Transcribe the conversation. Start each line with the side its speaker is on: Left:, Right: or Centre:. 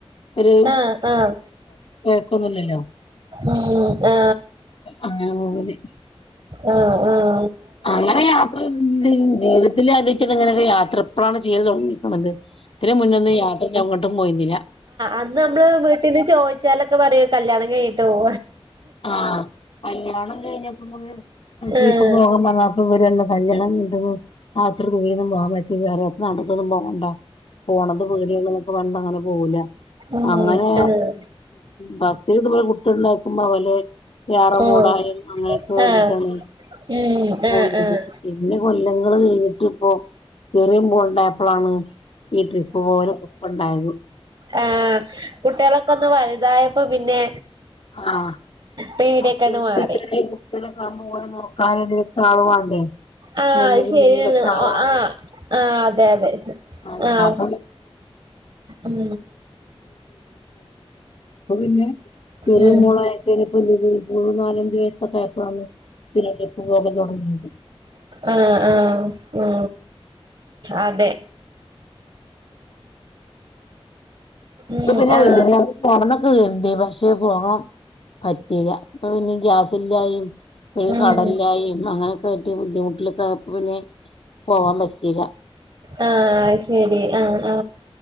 Left: ഒരു
Right: ആഹ് ആഹ്
Left: <unintelligible> ഒന്നില്ലല്ലോ
Right: ഉ ആ
Left: അങ്ങനെ പോവല്
Right: അ ആ
Left: അങ്ങനെ യാത്ര ജീവിതത്തിൽ അതിച്ചട്ട ഇങ്ങനൊക്കെ യാത്ര എപ്പോഴാണ് ചെയ്ത് തുടങ്ങിക്ക്ണ ത് ഇതിന് മുന്നോന്നും യാത്രക്ക്‌ എങ്ങോട്ടും പോയിരുന്നില്ല
Right: അന്നമ്മള് വീട്ടീന്ന് ചോയ്ച്ചാലൊക്കെ പറയും കല്യാണം കയ്യട്ടെ പോ
Left: ആ കല്യാണം കയ്ഞ്ഞപ്പ ഫുൾ ട്രിപ്പ്
Right: ആഹ്
Left: <unintelligible> <unintelligible> അത്ര ദൂരന്നും പോകൻവേരെ നടക്കൊന്നും പോകണ്ട പോണത് പേടി അങ്ങനൊക്കെ അങ്ങനെ പോകൂല
Right: ഉം
Left: അങ്ങനെ
Right: ആഹ്
Left: ബസ്സില് ഇതുപോലെ കുട്ട്യാൾ ഇണ്ടാകുമ്പോ ഓലെ വ്യാറ മൂടായിമം
Right: ഓഹ്
Left: അങ്ങനെയൊക്കെ വേണ്ടിട്ടാണ്
Right: ആഹ് ഉം
Left: പോയിത്
Right: ആഹ് ആഹ്
Left: പിന്നെ കൊലങ്ങൾ കഴിഞ്ഞിട്ട് ഇപ്പോ ചെറിയ ൾ ണ്ടായപ്പോഴാണ് ഈ ട്രിപ്പ് പോകലൊക്കെ ഉണ്ടായത്
Right: ആ കുട്ടികളൊക്കെ ഒന്ന് വലുതായപ്പോ പിന്നെ
Left: ആ
Right: പേടിയൊക്കെയങ്ങട്
Left: മറ്റേത്
Right: മാറി
Left: ചെർ ചെറ്യെ കുട്ട്യേളൊക്കെ ആകുമ്പോ ഓരെ നോ ആള് വാണ്ടേ
Right: ആ
Left: മുന്നിലും
Right: അയ്യ് ശരിയാണ്
Left: പിന്നിലൊക്കെ ആള്
Right: ആ ആ അതെ അതെ
Left: <inaudible>
Right: ആഹ്
Left: ഇപ്പൊ
Right: ഉം
Left: പിന്നെ ചെറിയ
Right: ഉം
Left: മോൾ ആയപ്പോഴാന് മൂന്നു നാല് അഞ്ച് വയസ്സൊക്കെ ആയപ്പോഴാണ് പിന്നോ ട്രിപ്പ്‌ പോകൻ ഒക്കെ തുടങ്ങിയത്
Right: ആ ആ ആ അതെ
Left: ഇപ്പോ
Right: ഉം
Left: പിന്നെ <unintelligible>
Right: ആഹ്
Left: ണ്ട് പക്ഷെ പോകാൻ പറ്റില്ല അപ്പൊ പിന്നെ ഗ്യാസ് ഇല്ലായി ഒരു
Right: ഉം
Left: കടല്ലായും അങ്ങനൊക്കെ ആയിട്ട് ബുദ്ധിമുട്ടിലൊക്കെ ആയപ്പോ പോവാൻ പറ്റീല്ല
Right: ആ ശരി ആ ആ